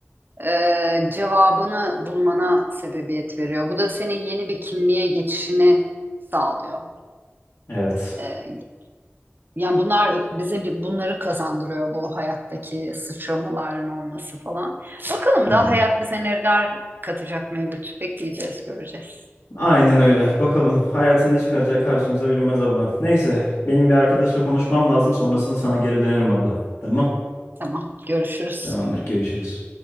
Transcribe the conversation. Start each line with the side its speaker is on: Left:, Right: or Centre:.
Right: e, cevabını bulmana sebebiyet veriyor. Bu da senin yeni bir kimliğe geçişini sağlıyor.
Left: evet.
Right: E, Yani bunlar bize bir bunları kazandırıyor bu hayattaki sıçramaların olması falan. Bakalım
Left: Hı
Right: daha
Left: hı.
Right: hayat bize neler katacak Mevlüt. Bekleyeceğiz, göreceğiz.
Left: Aynen öyle. Bakalım hayatın ne çıkaracağı karşımıza bilinmez abla. Neyse benim bir arkadaşla konuşmam lazım sonrasında sana geri dönerim abla. Tamam.
Right: Tamam, görüşürüz.
Left: Tamamdır görüşürüz.